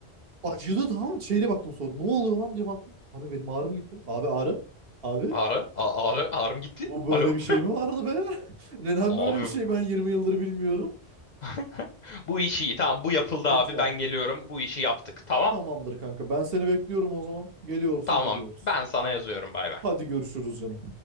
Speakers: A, on the right; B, on the left.
A: acıdı tamam mı? Şeyle baktım sonra. Ne oluyor lan diye baktım. Abi benim ağrım gitti. Abi ağrı. Abi
B: Ağrı, a- ağrı, ağrım gitti.
A: bu böyle
B: Alo.
A: bir şey mi vardı be? <laughs> Neden
B: Abi.
A: böyle bir şey ben 20 yıldır bilmiyorum.
B: <laughs> Bu işi iyi. Tamam bu yapıldı
A: Net
B: abi.
A: yaptık.
B: Ben geliyorum. Bu işi yaptık. Tamam.
A: Tamamdır kanka. Ben seni bekliyorum o zaman. Geliyorsun
B: Tamam.
A: gidiyoruz.
B: Ben sana yazıyorum. Bay bay.
A: Hadi görüşürüz canım.